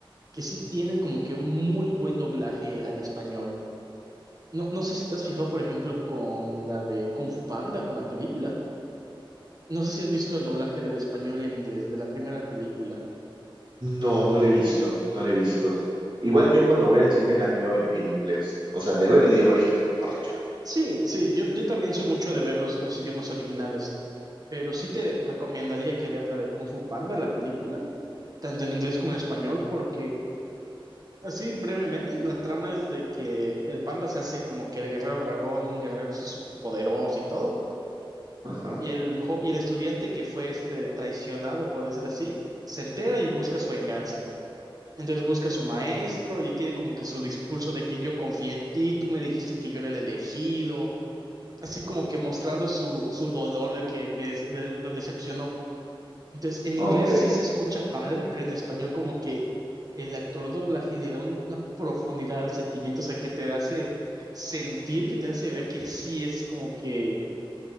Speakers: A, on the right (about 45°); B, on the right (about 60°).
A: que sí tienen como que un muy buen doblaje al español. No, no sé si te has fijado, por ejemplo, con la de Kung Fu Panda, con la película. No sé si has visto el doblaje del español y el inglés de la primera película.
B: No, no le he visto, no le he visto. Igual yo cuando voy al cine las veo en, en inglés, o sea, de ver el idioma original, mejor dicho.
A: Sí, sí, yo, yo también soy mucho de ver los, los idiomas originales, pero sí te recomendaría que veas la de Kung Fu Panda, la película, tanto en inglés como en español, porque así brevemente, la trama es de que el panda se hace como que el guerrero dragón, un guerrero así súper poderoso y todo,
B: Ajá,
A: y el, jo- y el estudiante que fue este, traicionado, por decir así, se entera y busca su venganza. Entonces busca a su maestro y tiene como que su discurso de que yo confié en ti, tú me dijiste que yo era el elegido así como que mostrando su, su dolor de que des- de- lo decepcionó. Entonces, en
B: ok.
A: inglés sí se escucha padre, pero en español como que el actor doblaje le da un- una profundidad al sentimiento, o sea, que te hace sentir, que te hace ver que sí es como que,